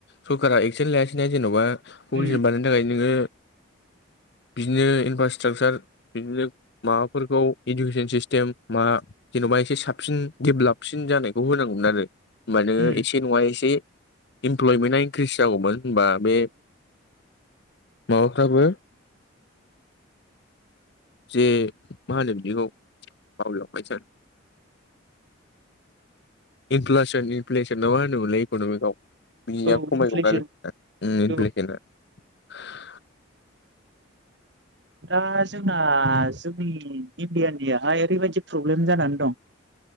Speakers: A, on the left; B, on the right.
A: सरकारा एक्सन लायासैना जेन'बा पपुलेसन
B: उम
A: बानायनो थाखाय नोङो बिदिनो इनफ्रास्ट्राकचार बिदिनो माबाफोरखौ इडुकेसन सिस्टेम मा जेन'बा एसे साबसिन देभेलपसिन जानायखौ होनांगौमोन आरो। होमबानो
B: उम
A: एसे नङा एसे इमप्लयमेन्टआ इनक्रिस जागौमोन होमबा बे माबाफ्राबो जे मा होनो बिदिखौ बावलायलांबाय सो आं। इनफ्लासन इनफ्लेसन ना मा होनोमोनलाय इक'नमिकआव? बिनिया
B: औ
A: खमायगोमोन
B: इनफ्लेसन औ
A: <unintelligible>
B: दा जोंना जोंनि इण्डियानियाहाय ओरैबायदि प्रब्लेम जानानै दं।